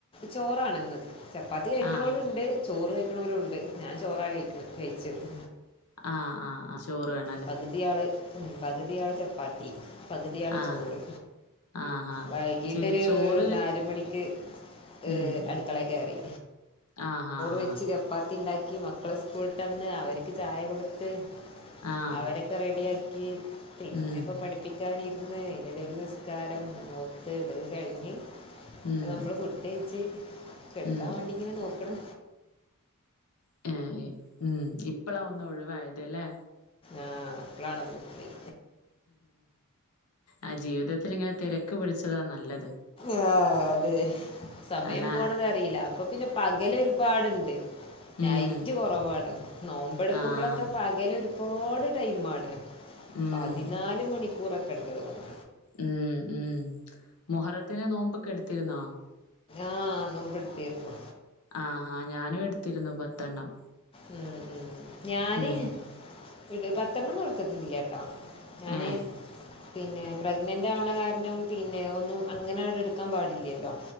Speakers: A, on the left; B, on the left.
A: ചോറാണ്ന്ന് ചപ്പാത്തി കഴിക്ക്ണോലും
B: ആഹ്
A: ഇണ്ട് ചോറ് കഴിക്ക്ണോലും ഉണ്ട് ഞാൻ ചോറാ കഴിക്കണത് കയിച്ചത്
B: ആ ആ ആ ചോറ് വേണ്ട
A: പകുതിയാള് ഉം പകുതിയാള് ചപ്പാത്തി പകുതിയാള്
B: ആഹ്
A: ചോറ്
B: ആഹ് ആഹ്
A: വൈകീട്ടൊരു
B: ചില ചോറ്
A: നാലുമണിക്ക്
B: ഉം
A: ഏഹ് അടുക്കളെ കേറി
B: ആഹ് ആഹ്
A: വച്ച് ചപ്പാത്തിണ്ടാക്കി മക്കള് സ്കൂള്ട്ടന്ന് അവർക്ക് ചായ കൊടുത്ത്
B: ആഹ് ആഹ്
A: അവരൊക്കെ റെഡിയാക്കി പിന്നെ
B: ഉം
A: ഇപ്പോ പഠി പ്പിക്കാനിരുന്ന് അയിന്റെടേല് നിസ്കാരം ഓത്ത് ഇതൊക്കെ കഴിഞ്ഞ്
B: ഉം
A: അ നമ്മള് ഫുഡ് കെയിച്ച് കെടക്കാൻ
B: ഉം
A: വേണ്ടിങ്ങനെ നോക്ക്ണ്
B: <unintelligible> ഉം ഇപ്പളാ ഒന്ന് ഒഴിവായതലെ
A: ആഹ് അപ്പളാണ് നമ്മക്ക് പോയി
B: ആഹ് ജീവിതത്തിൽ ഇങ്ങനെ തിരക്ക് പിടിച്ചതാ നല്ലത്
A: ആ അതെ സമയം
B: അതാ
A: പോണതറിയില്ല അപ്പൊ പിന്നെ പകല് ഒരുപാടുണ്ട് നൈറ്റ്
B: ഉം
A: കുറവാണ് നോമ്പ എടുക്കുമ്പോളോക്കെ
B: ആഹ്
A: പകലൊ പാട് ടൈമാണ്
B: ഉം
A: പതിനാല് മണിക്കൂറൊക്കെ ണ്ടത് കൊണ്
B: ഉം ഉം മൊഹറത്തിനെ നോമ്പൊക്കെ എടുത്തിരുന്നാ
A: ആഹ് നോമ്പ്ട്ത്തിർന്നു
B: ആഹ് അഹ് ഞാനും എടുത്തിരുന്നു പത്തെണ്ണം
A: ഉം ഉം ഞാന്
B: ഉം
A: ഇടത് പത്തെണ്ണ ടുത്തത്തിട്ടി ല്ലട്ടോ ഞാന്
B: ഏഹ്
A: പിന്നെ പ്രഗ്നന്റാവണ കാരണം പിന്നെ ഒന്നും അങ്ങനെട് എട്ക്കാൻ പാടില്ലല്ലോ